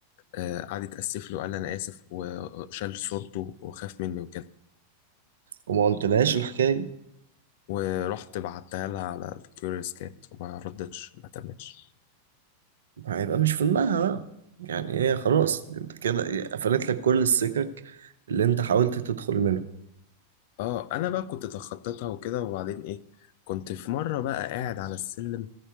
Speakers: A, on the left; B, on the right.
A: آه، قعد يتأسف لي وقال لي انا اسف وشال صورته وخاف مني وكده
B: وما قلتلهاش الحكاية دي
A: ورحت بعتها لها على الكيوريوس كات وما ردتش ما تمتش
B: هيبقى مش في دماغها بقى يعني هي خلاص انت كده ايه، قفلت لك كل السكك اللي انت حاولت تدخل منها
A: اه انا بقى كنت تخطيتها وكده وبعدين ايه كنت في مرة بقى قاعد على السلم